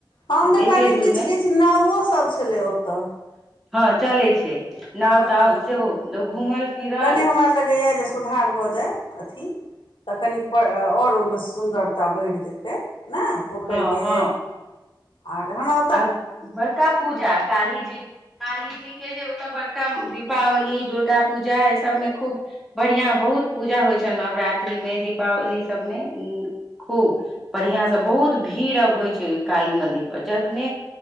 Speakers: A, on the left; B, in the centre.
A: हम तऽ देखलियै
B: एते दूर
A: किछ
B: मे
A: किछ नाउवो सब छलै ओतऽ
B: हँ चलै छै। नाव
A: हँ
B: -ताव सेहो लोक घुमल- फिरल
A: कनि हमरा लगेयैऽ जे सुधार भऽ जाय अथी। तऽ कनी पर और ओय मे सुन्दर भा बैढ़ जेतै ने? पोखैर
B: हँ
A: के,
B: हँ
A: आर हमा-
B: आ- बड़का पूजा कालीजी काली जी के जे ओतऽ बड़का दीपावली दुर्गा पूजा इ सबमे खूब बढ़ियां बहुत पूजा होइ छैन नवरात्रि मे दीपावली सबमे उ- खूब बढ़िआंसँ।
A: अच्छा
B: बहुत भीड़ अब होइ छै ओय काली मंन्दिर पर। जखने